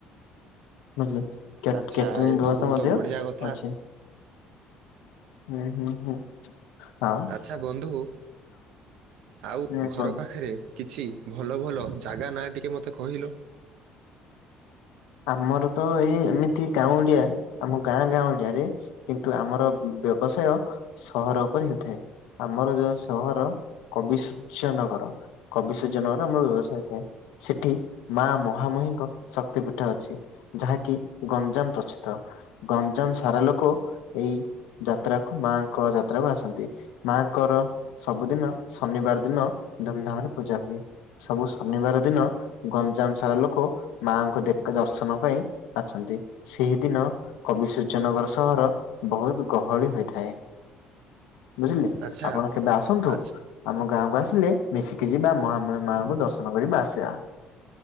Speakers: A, on the left (about 85°); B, on the right (about 80°).
A: ବୁଝିଲେ କ୍ୟାଟ
B: ଆଚ୍ଛା
A: କ୍ୟାଟରିଂ
B: ଏ ତ
A: ବ୍ୟବସ୍ଥା
B: ବହୁତ
A: ମଧ୍ୟ
B: ବଢିଆ କଥା
A: ଅଛି। ହୁଁ ହୁଁ ହୁଁ। ଆଉ
B: ଆଚ୍ଛା ବନ୍ଧୁ ଆଉ
A: ହୁଁ
B: ଘର
A: କୁହନ୍ତୁ।
B: ପାଖେରେ କିଛି ଭଲ ଭଲ ଜାଗା ନାଁ ଟିକେ ମତେ କହିଲ।
A: ଆମର ତ ଏଇ ଏମିତି ଗାଉଁଲିଆ ଆମ ଗାଁ ଗାଉଁଲିଆରେ କିନ୍ତୁ ଆମର ବ୍ୟବସାୟ ସହର ଉପରେ ହେଉଥାଏ ଆମର ଯୋଉ ସହର କବି ସୂର୍ଯ୍ୟ ନଗର। କବି ସୂର୍ଯ୍ୟ ନଗର ଆମର ବ୍ୟବସାୟ ଥାଏ ସେଠି ମା ମହାମହିଙ୍କ ଶକ୍ତି ପି ଠ ଅଛି ଯାହାକି ଗଞ୍ଜାମ ପ୍ରସିଦ୍ଧ ଗଞ୍ଜାମ ସାରା ଲୋକ ଏଇ ଯାତ୍ରାକୁ ମାଙ୍କ ଯାତ୍ରାକୁ ଆସନ୍ତି। ମାଙ୍କର ସବୁଦିନ ଶନିବାର ଦିନ ଧୁମଧାମରେ ପୂଜା ହୁଏ। ସବୁ ଶନିବାର ଦିନ ଗଞ୍ଜାମ ସାରା ଲୋକ ମାଆଙ୍କୁ ଦେ କେ ଦର୍ଶନ ପାଇଁ ଆସନ୍ତି, ସେଇ ଦିନ କବି ସୂର୍ଯ୍ୟନଗର ସହର ବହୁତ ଗହଳି ହୋଇଥାଏ। ବୁଝିଲେ,
B: ଆଚ୍ଛା
A: ଆପଣ କେବେ ଆସନ୍ତୁ।
B: ଆଚ୍ଛା
A: ଆମ ଗାଁକୁ ଆସିଲେ ମିଶିକି ଯିବା ମହାମହି ମାଙ୍କୁ ଦର୍ଶନ କରିବା ଆସିବା।